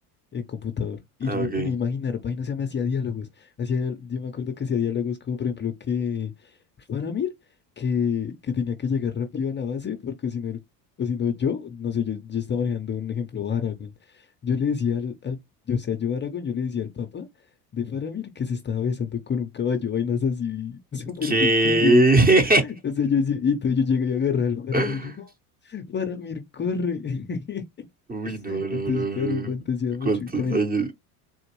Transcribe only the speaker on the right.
Ah,
ok.
¿Qué?
<laughs>
Uy, no, no,
no,
no.
¿Cuántos
años?